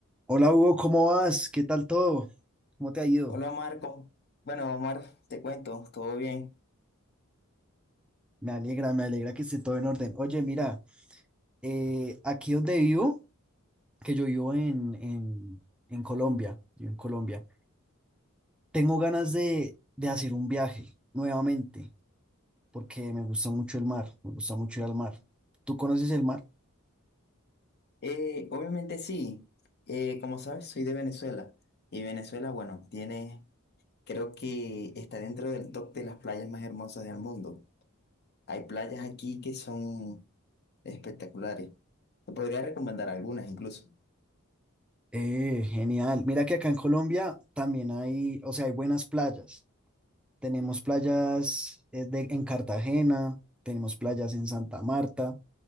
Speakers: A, in the centre; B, on the left.
A: Hola Hugo, ¿cómo vas? ¿Qué tal todo? ¿Cómo te ha ido?
B: Hola Marco. Bueno, Omar, te cuento, ¿todo bien?
A: Me alegra, me alegra que esté todo en orden. Oye, mira, eh, aquí donde vivo, que yo vivo en, en, en Colombia, yo en Colombia, tengo ganas de, de hacer un viaje nuevamente, porque me gusta mucho el mar, me gusta mucho ir al mar. ¿Tú conoces el mar?
B: Eh, obviamente sí. Eh, como sabes, soy de Venezuela. Y Venezuela, bueno, tiene, creo que está dentro del top de las playas más hermosas del mundo. Hay playas aquí que son espectaculares. Te podría recomendar algunas incluso.
A: Eh, genial. Mira que acá en Colombia también hay, o sea, hay buenas playas. Tenemos playas eh, de- en Cartagena, tenemos playas en Santa Marta.